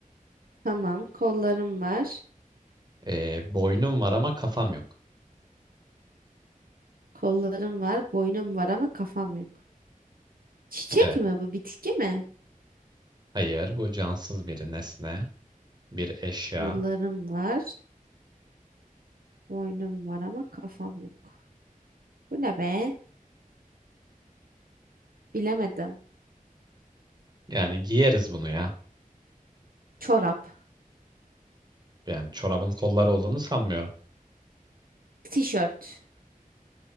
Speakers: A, on the right (about 80°); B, on the right (about 30°).
A: Tamam. Kollarım var.
B: Ee, boynum var ama kafam yok.
A: Kollarım var. Boynum var ama kafam yok. Çiçek
B: Evet.
A: mi bu? Bitki mi?
B: Hayır, bu cansız bir nesne, bir eşya.
A: Kollarım var. Boynum var ama kafam yok. Bu ne be? Bilemedim.
B: Yani giyeriz bunu ya.
A: Çorap.
B: Yani çorabın kolları olduğunu sanmıyorum.
A: Tişört.